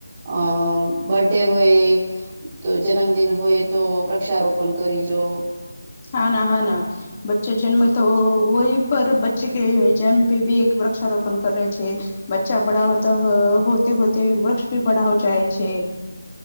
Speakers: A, on the right (about 25°); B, on the left (about 25°).
A: અ બર્ડે હોય તો જન્મદિન હોય તો વૃક્ષારોપણ કરીજો
B: હા ના હા ના બચ્ચે જન્મે તો વહી પર બચ્ચે કે જન્મ પે ભી એક વૃક્ષારોપણ કરે છે બચ્ચા બડા હોતા હોતે હોતે વૃક્ષ ભી બડા હો જાય છે